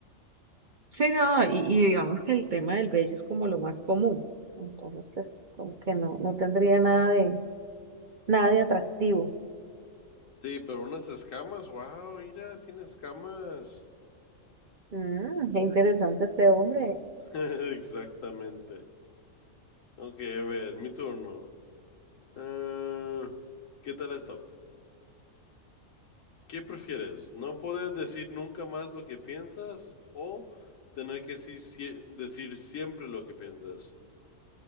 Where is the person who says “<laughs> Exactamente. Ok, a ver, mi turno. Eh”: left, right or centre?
Left